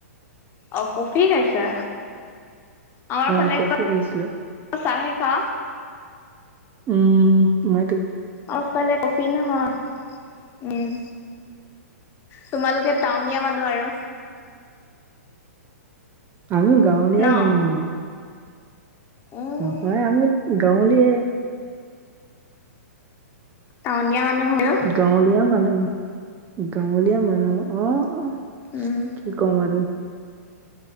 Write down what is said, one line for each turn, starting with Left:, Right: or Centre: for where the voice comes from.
Left: অ, কফি খাইছা। আমাৰ
Right: অ
Left: ফালে
Right: কফি খাইছিলো
Left: চাহে খা
Right: উম, মই
Left: অফালে কফি নহয়। উম, তোমালোকে টাউনীয়া মানুহ আৰু
Right: আমিও গাৱলীয়াই
Left: ন
Right: মানুহ হয়।
Left: উম
Right: নহয় আমি গাৱলীয়ে।
Left: টাউনীয়া মানুহ হয় অ
Right: গাৱলীয়া মানুহ - গাৱলীয়া মানুহ অ - অ।
Left: উম
Right: কি কম আৰু